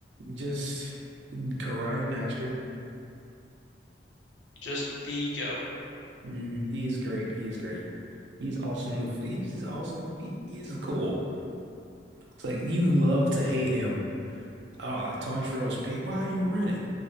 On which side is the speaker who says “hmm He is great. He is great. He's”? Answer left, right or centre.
Right